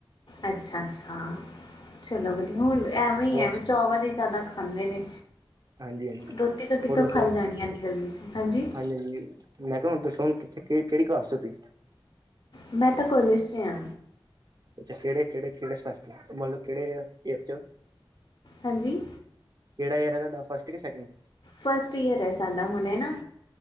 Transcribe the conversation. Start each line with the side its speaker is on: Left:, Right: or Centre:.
Left: ਅੱਛਾ ਅੱਛਾ ਚਲੋ ਵਧੀਆ ਹੁਣ ਐਵੇਂ ਹੀ
Right: ਹੋਰ
Left: ਹੈ ਵੀ ਚਾਵਲ ਹੀ ਜ਼ਿਆਦਾ ਖਾਂਦੇ ਨੇ
Right: ਹਾਂਜੀ ਹਾਂਜੀ
Left: ਰੋਟੀ ਤੋਂ ਕਿੱਥੋਂ
Right: ਹੋਰ ਦੱਸੋ
Left: ਖਾਈ ਜਾਣੀ ਐਨੀ ਗਰਮੀ ਚ ਹਾਂਜੀ।
Right: <unintelligible> ਮੈਂ ਕਿਹਾ ਦਸੋ ਕਿਹੜੀ ਕਲਾਸ ਚ ਹੋ ਤੁਸੀਂ।
Left: ਮੈਂ ਤਾਂ ਕੋਲੇਜ ਚ ਆ।
Right: ਅੱਛਾ ਕਿਹੜੇ ਕਿਹੜੇ ਕਿਹੜੇ ਸਸ ਮਤਲਬ ਕਿਹੜੇ ਈਅਰ ਚ।
Left: ਹਾਂਜੀ।
Right: ਕਿਹੜਾ ਇਅਰ ਆ ਤੂਹਾਡਾ ਫਸਟ ਕੇ ਸੈਕਿੰਡ।
Left: ਫਸਟ ਈਅਰ ਹੈ ਸਾਡਾ ਹੁਣੇ ਨਾ।